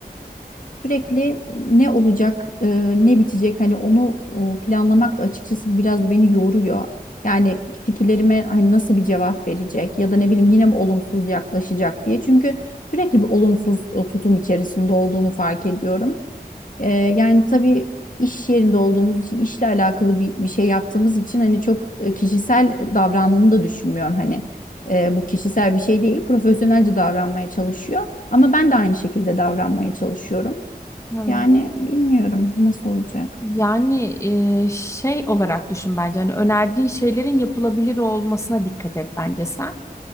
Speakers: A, on the left; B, on the left.
A: Sürekli ne olacak, e, ne bitecek hani onu e, planlamak da açıkçası biraz beni yoruyor. Yani fikirlerime hani nasıl bir cevap verecek ya da ne bileyim yine mi olumsuz yaklaşacak diye. Çünkü sürekli bir olumsuz e, tutum içerisinde olduğunu fark ediyorum. E, yani tabii iş yerinde olduğumuz için işle alakalı bir, bir şey yaptığımız için hani çok e, kişisel davrandığını da düşünmüyorum hani. E, bu kişisel bir şey değil, profesyonelce davranmaya çalışıyor. Ama ben de aynı şekilde davranmaya çalışıyorum.
B: Evet.
A: Yani bilmiyorum nasıl olacak.
B: Yani e, şey olarak düşün bence hani önerdiğin şeylerin yapılabilir olmasına dikkat et bence sen.